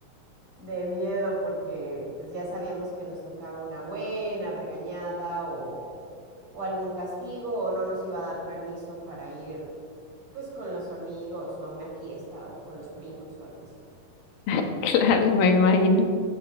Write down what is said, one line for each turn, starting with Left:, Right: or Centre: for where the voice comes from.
Right: de miedo porque pues ya sabíamos que nos tocaba una buena regañada o, o algún castigo o no nos iba a dar permiso para ir pues con los amigos o a una fiesta o con los primos o algo así.
Left: <laughs> claro, me imagino.